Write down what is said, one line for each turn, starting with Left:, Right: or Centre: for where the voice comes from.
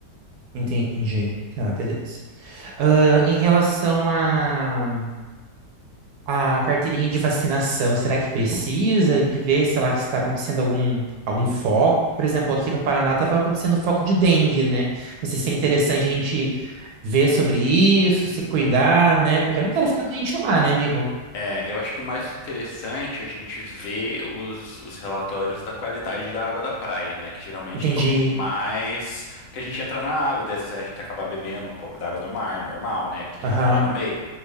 Right: entendi. Tá, beleza. Ah, em relação a a carteirinha de vacinação, será que precisa? A gente vê, sei lá, que está acontecendo algum, algum foco. Por exemplo, aqui no Paraná estava acontecendo foco de dengue, né? Não sei se é interessante a gente ver sobre isso, se cuidar, né? Porque eu não quero ficar doente lá, né, amigo?
Left: É, eu acho que o mais interessante é a gente ver os, os relatórios da qualidade da água da praia, né? Que geralmente
Right: Entendi.
Left: é o que mais. Porque a gente entra na água, daí às vezes a gente acaba bebendo um pouco da água do mar, normal, né? Porque a
Right: Aham.
Left: gente tá lá no meio.